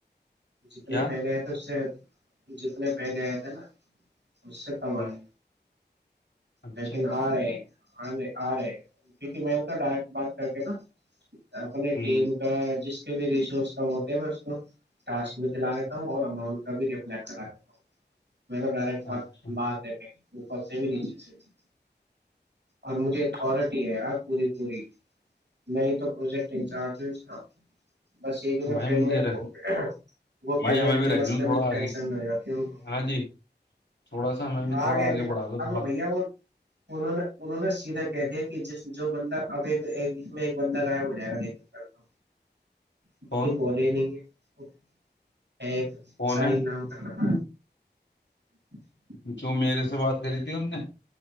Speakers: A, on the right (about 75°); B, on the left (about 85°).
A: جتنے
B: کیا
A: پہلے ہیں تھے اس سے جتنے پہلے آئے تھ نا اس سے کم
B: ہ
A: آئے
B: اچھا
A: لیکن آ رہے ہیں آے آ رہے پ میں نے تو ڈائریکٹ بات کر کے نا تپ
B: ہ
A: ٹیم کا جس کے بھی ریسورس کم ہوتے میں اس کو ٹسک بھی دلا دیتا ہوں اور اماؤنٹ کا بھی رپل کرا دیتا ہوں میں تو ڈائریکٹ بات
B: اچھا
A: بات ہے میری اوپر سے بھی نیچے سے بھی اور مجھے اتھارٹی ہے یار پوری پوری میں ہی تو پروجیکٹ انچارج ہ ن بس یہ کہ میں
B: بھائی مجھے
A: پ
B: رکھ
A: وہ پیمنٹ
B: بھائی ہمیں بھی
A: کے
B: رکھ
A: مسئلے
B: لوں تھوڑا
A: میں ٹینشن
B: آگے
A: نہیں ہو جاتی ان کو
B: ہاں جی تھوڑا سا ہمیں بھی
A: آگے
B: تھوڑا بڑھا لو
A: ا
B: تھوڑا
A: بھیا وہ انہوں نے انہوں نے سیدھا کہہ دیا کہ ج جو بندہ اب ایک ج میں ایک بندہ غائب ہو جائے گا دیکھنے کا تو اس
B: فون
A: کے کالج نہیں ہے <unintelligible> ایک
B: فون
A: سائن
B: ہے
A: نام کا لگا <unintelligible>
B: جو میرے سے بات کری تھی ان نے